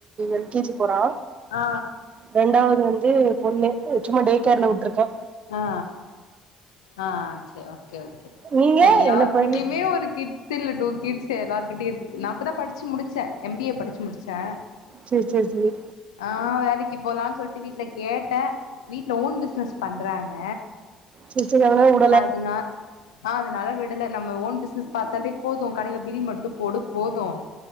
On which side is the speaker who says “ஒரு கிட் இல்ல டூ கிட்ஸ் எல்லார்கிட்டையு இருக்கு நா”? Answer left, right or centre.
Left